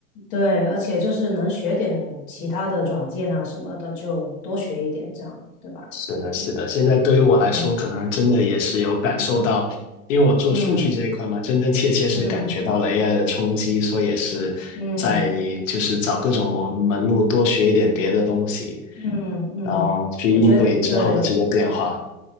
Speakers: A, on the left; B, on the left.
A: 对，而且就是能学点其他的软件啊什么的，就多学一点，这样对吧？
B: 是的，是的。
A: 嗯
B: 现在对于我来说，
A: 嗯
B: 可能真的也是有感受到，因为我做数据这一块嘛，
A: 嗯
B: 真真切切是感觉到了
A: 嗯
B: AI 的冲击，所以也是在就是找各种门门路，
A: 嗯
B: 多学一点别的东西，
A: 嗯嗯，
B: 然后去应对之后的这个变化。
A: 我觉得对，